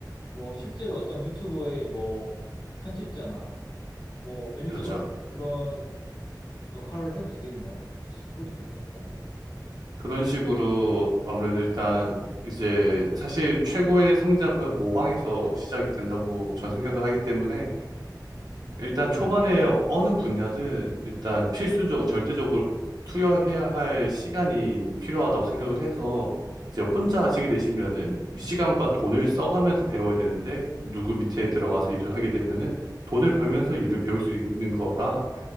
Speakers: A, on the left; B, on the right.
A: 뭐, 실제로 어떤 유튜버의 뭐, 편집자나, 뭐, 매니저
B: 그렇죠.
A: 같은 그런 역할을 해도 되겠네요. 그것도 괜찮을 것 같네요.
B: 그런 식으로 아무래도 일단 이제 사실 최고의 성장은 모방에서 시작이 된다고 전 생각을 하기 때문에 일단 초반에 어느 분야든 일단 필수적으로 절대적으로 투여해야 할 시간이 필요하다고 생각을 해서 이제 혼자 하시게 되시면은 시간과 돈을 써가면서 배워야 되는데 누구 밑에 들어가서 일을 하게 되면은 돈을 벌면서 일을 배울 수 있는 거라